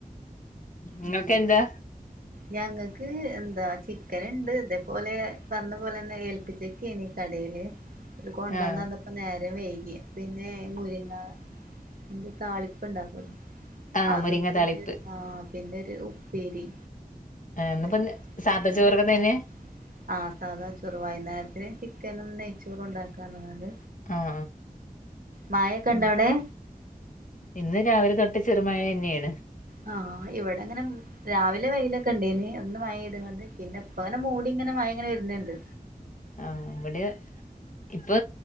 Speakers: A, on the left (about 60°); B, on the right (about 70°).
A: ഇങ്ങക്കെന്താ?
B: അങ്ങനെ ഞങ്ങക്ക് എന്താ ചിക്ക ന്ണ്ട് ഇതേപോലെ പറഞ്ഞ പോലെന്നെ ഏൽപ്പിച്ച്ക്കേണ് കട
A: <inaudible>
B: ഇത് കൊണ്ടന്നന്നപ്പോ
A: ആഹ്
B: നേ രം വൈകി പിന്നെ മുരിങ്ങ എന്ത താളിപ്പ്ണ്ടാക്കല്ലോ?
A: ആഹ്
B: അതും
A: മുരിങ്ങ
B: പിന്നെ
A: താളിപ്പ്
B: ആ പിന്നൊരു ഉപ്പേരി.
A: ഇ എന്നപ്പ
B: ഇതന്നെ
A: ന്ന് സാധ
B: പിന്നെ
A: ചോറൊക്കെ
B: വൈന്നാരം
A: തന്നെ?
B: ആ സാധാ ചോറ് വൈന്നേരത്തിന് ചിക്കനും നെയ്ച്ചോറും ണ്ടാക്കാറ്ള്ളത്.
A: ആഹ
B: മഴൊക്കെണ്ടോ
A: ആ
B: അവിടെ
A: ഇന്ന് രാവിലെ തൊട്ട് പ്പ ചെറു മയെന്നേണ്.
B: ആ ഇവടെങ്ങനെ രാവിലെ വെയിലൊക്കെണ്ടേനി ഒന്ന് മഴ യ്ത്ങണ്ട് പിന്നെ പ്പങ്ങനെ മൂടി പ്പ ങ്ങനെ മയങ്ങനെ വരുന്ന്ണ്ട്.
A: ആഹ ഇവിടെ ഇപ്പോ